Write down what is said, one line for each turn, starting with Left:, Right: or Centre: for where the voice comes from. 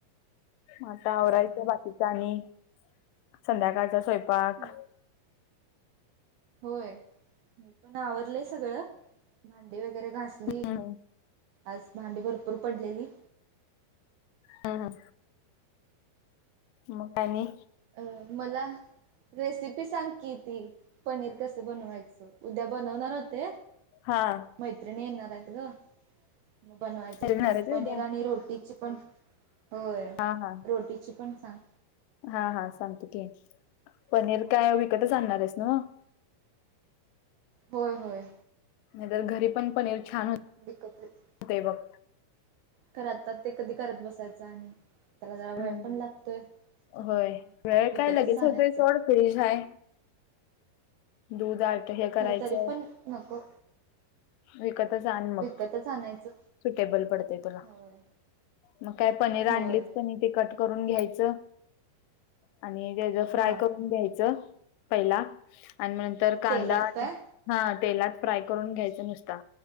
Left: म आता आवरायचं
Right: हा हा हा
Left: बाकी. आणि संध्याकाळचा स्वयंपाक.
Right: मी होय मी पण आवरलंय सगळं. भांडी वगैरे घासली
Left: हम्म
Right: आज भांडी भरपूर पडलेली.
Left: हं ह मग काय आणि
Right: अं मला. रेसिपी सांग कि ती पनीर कसं बनवायचं? उद्या बनवणार होते.
Left: हां.
Right: मैत्रिणी येणार आहेत गं म बनवायचं होतं
Left: घेणार
Right: मग
Left: आहेस व्हय
Right: पनीर
Left: उद्या
Right: आणि रोटी ची पण होय
Left: हा हा
Right: रोटीची पण सांग.
Left: हा हा सांगतो की. पनीर काय विकतच आणणार आहेस नव्ह
Right: होय होय.
Left: नाहीतर घरी पण पनीर छान हो
Right: विकतच.
Left: ते बघ.
Right: कर आता, ते कधी करत बसायचं आम्ही? त्याला जरा वेळ
Left: हम्म
Right: पण लागतोय, त्यामुळं
Left: होय वेळ
Right: विकतच
Left: काय लगेच
Right: आणायचं.
Left: होतोय सोड फ्रीज आहे, दूध आट हे करायचंय
Right: खर तरी पण नको
Left: विकतच आण मग,
Right: विकतच आणायचं
Left: सुटेबल पडतेय तुला.
Right: होय
Left: मग काय पनीर आणलीच
Right: होय
Left: ते कट करून घ्यायचं, आणि त्याच फ्राय
Right: हा
Left: करून घ्यायचं. पहिला, आणि नंतर कांदा
Right: तेलात काय
Left: हा तेलात फ्राय करून घ्यायचं नुसता,